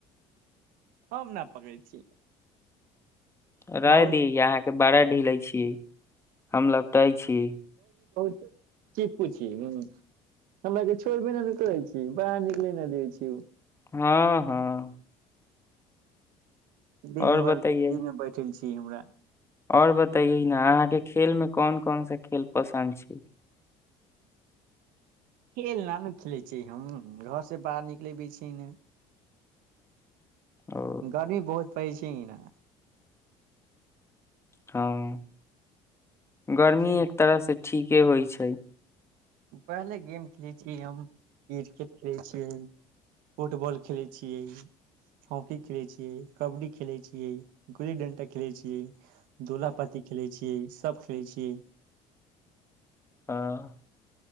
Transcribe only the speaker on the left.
रहे
दी अहाँके बड़ा ढीले छियै हम लपटाइ छी
हँ हँ
और
बतैयै
और बताैये ने अहाँके खेल में कोन कोन सा खेल पसन्द छै
ओ
हँ गर्मी
एक तरहसँ ठीके होइ छै
आँ